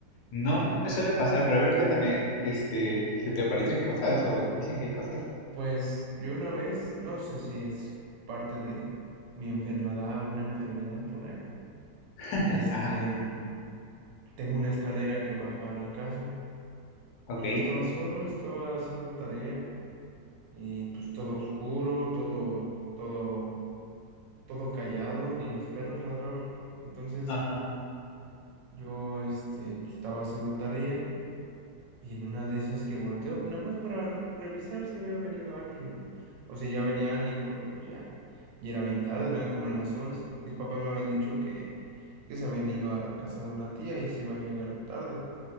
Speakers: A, on the left; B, on the right.
A: no me suele pasar, pero a ver, cuéntame, este, ¿se te aparecen cosas o dicen que hay cosas?
B: Pues yo una vez, no sé si es parte de mi enfermedad, una enfermedad por ahí.
A: <laughs>
B: Este,
A: Ajá,
B: mm, tengo una escalera que baja a la casa
A: ok.
B: y yo estaba solo, estaba haciendo tarea y pues todo oscuro, todo, todo todo callado, ni los perros ladraban. Entonces
A: Ajá,
B: yo este, pues, estaba haciendo tarea y en una de esas que volteó, nada más para re- revisar si había venido alguien, ¿no? O si ya venía alguien, porque pues, ya, ya era bien tarde, eran como las once Mis papás me habían dicho que, que se habían ido a la casa de una tía y se iban a llegar tarde.